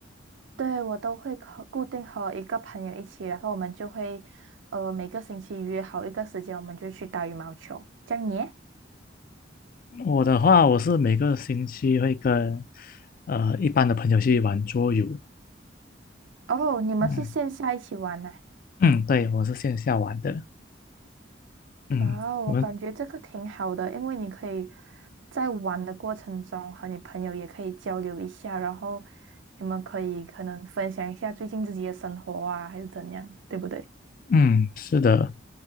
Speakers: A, on the right; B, on the left.
A: 对，我都会和固定和一个朋友一起，然后我们就会，呃，每个星期约好一个时间，我们就去打羽毛球。这样你耶
B: 我的话，我是每个星期会跟呃一般的朋友去玩桌游，
A: 哦，你们是线下一起玩呢？
B: 嗯嗯，对，我是线下玩的，嗯，
A: 哇哦，
B: 我们
A: 我感觉这个挺好的，因为你可以在玩的过程中和你朋友也可以交流一下，然后你们可以可能分享一下最近自己的生活啊，还是怎样，对不对？
B: 嗯，是的，